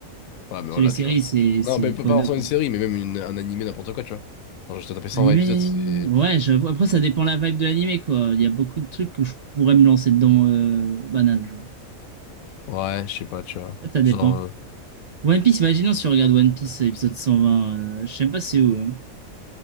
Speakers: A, on the left (about 80°); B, on the right (about 75°).
A: Ah, mais
B: Parce
A: voilà,
B: que les séries,
A: tu vois.
B: c'est, c'est
A: Non, mais
B: x
A: pas pas
B: deux.
A: forcément
B: quoi.
A: une série, mais même une- un animé, n'importe quoi, tu vois. Genre, je dois taper 120
B: L'animé,
A: épisodes, c'est.
B: ouais,
A: pff,
B: j'avoue. Après, ça dépend la vibe de l'animé, quoi. Il y a beaucoup de trucs que je pourrais me lancer dedans, euh, banal, genre.
A: Ouais, je sais pas, tu vois.
B: Ça, ça
A: Genre,
B: dépend.
A: euh,
B: One Piece, imaginons si on regarde One Piece épisode 120, euh, je sais même pas c'est où. hein.